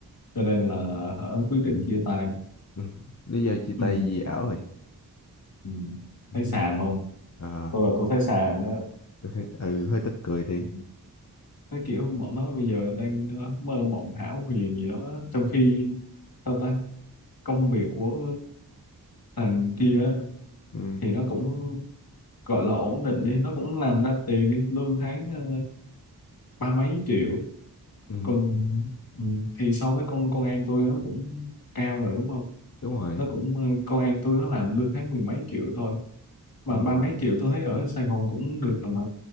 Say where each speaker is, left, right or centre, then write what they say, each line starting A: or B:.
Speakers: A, on the left (about 70°); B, on the left (about 45°).
A: cho nên là hả, quyết định chia tay
B: Ừ. Lý do chia
A: ừ.
B: tay gì ảo rồi?
A: Ừ.
B: Ừ.
A: Thấy xàm không
B: À,
A: Tôi là tôi thấy xàm đó
B: tôi thấy- ừ hơi tức cười thì.
A: Ừ. nó kiểu bọn nó bây giờ đang ờ, mơ mộng hão huyền gì đó trong khi sao ta công việc của thằng kia á,
B: Ừ.
A: thì nó cũng gọi là ổn định đi nó cũng làm ra tiền đi lương tháng ờ, ba mấy triệu
B: Ừ.
A: còn ừ, thì so với con con em tôi nó cũng cao rồi đúng không
B: Đúng rồi.
A: nó cũng ờ, con em tôi nó làm lương tháng mười mấy triệu thôi mà
B: Ừ.
A: ba mấy triệu tôi thấy ở Sài Gòn cũng được rồi mà